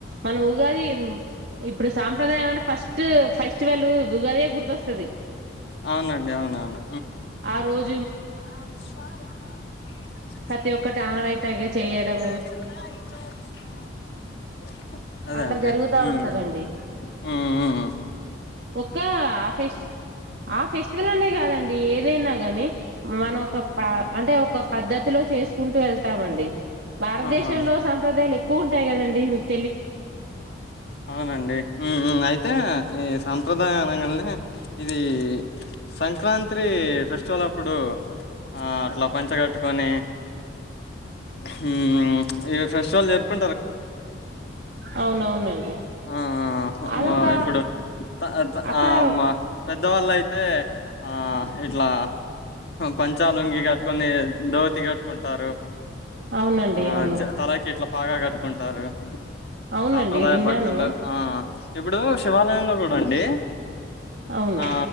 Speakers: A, on the right; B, on the left.
A: మనం ఉగాది ఇప్పుడు సాంప్రదాయం అంటే, ఫస్ట్ ఫెస్టివల్ ఉగాదే గుర్తొస్తది.
B: అవునండి అవునవును.
A: ఆ రోజ్.
B: అ స
A: ప్రతి
B: సయి
A: ఒక్కటి ఆనవాయితగా చేయడము
B: <unintelligible> లో. అదే
A: అట్లా
B: అండి,
A: జరుగుతా
B: ఉమ్మ్
A: ఉంటదండి
B: ఉమ్మ్ ఉమ్మ్.
A: ఒక్క ఆ ఫెస్టి ఆ ఫెస్టివల్ అనే కాదండి ఏదైనా కాని మనం ఒక ప అంటే ఒక పద్ధతిలో చేసుకుంటూ వెళ్తామండి. భారతదేశంలో
B: ఆహా!
A: సాంప్రదాయాలు ఎక్కువ ఉంటాయి కదం అ <unintelligible>
B: ఔనండి మ్మ్ మ్మ్ అయితే ఈ సాంప్రదాయ అనంగానే ఇది సంక్రాంత్రి ఫెస్టివలప్పుడు ఆ అట్ల పంచగట్టుకొని హ్మ్ ఈ ఫెస్టివల్ జరుపు
A: అవునవునండి
B: ఆ
A: అదొక
B: మ ఇప్పుడు త త
A: అక్కడ
B: ఆ మ పెద్దవాళ్ళయితే ఆ ఇట్లా పంచాలుంగి కట్టుకోని దోతి కట్టుకుం టారు
A: అవునండి
B: ఆ
A: అవును
B: చ్ తలకిట్లా బాగా కట్టుకుంటారు.
A: అవునండి
B: సాంప్రదాయ
A: విన్నాను
B: బట్టలు ఆ ఇప్పుడు శివాలయంలో కూడా అండి
A: అవును
B: ఆ